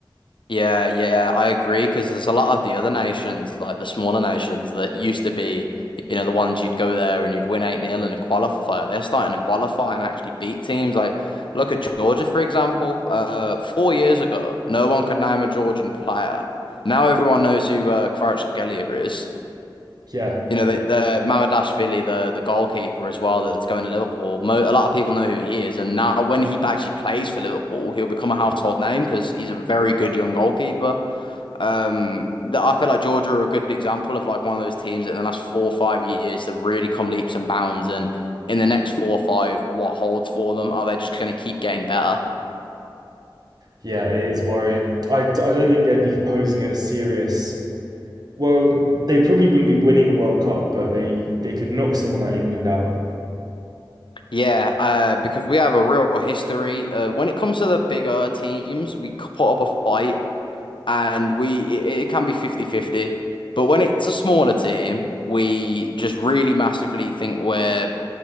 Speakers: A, on the left; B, on the right.
A: Yeah, yeah, I agree because there's a lot of the other nations, like the smaller nations that used to be, you know, the ones you'd go there and you'd win 8 nil in a qualifier. They're starting to qualify and actually beat teams. Like, look at Georgia, for example. Uh, four years ago, no one could name a Georgian player. Now everyone knows who uh, Kvaratskhelia is.
B: Yeah.
A: You know, the, the Mamardashvili, the the goalkeeper as well, that's going to Liverpool. Mo a lot of people know who he is, and now when he actually plays for Liverpool, he'll become a household name because he's a very good young goalkeeper. Um, that I feel like Georgia are a good example of like one of those teams that in the last four or five years have really come leaps and bounds. And in the next four or five, what holds for them? Are they just going to keep getting better?
B: Yeah, it is worrying. I, I don't think they'd be posing a serious Well, they probably wouldn't be winning a World Cup, but they they could knock someone like England out.
A: Yeah, uh, because we have a real history of when it comes to the bigger teams, we c- put up a fight and we it, it can be fifty fifty. But when it's a smaller team, we just really massively think we're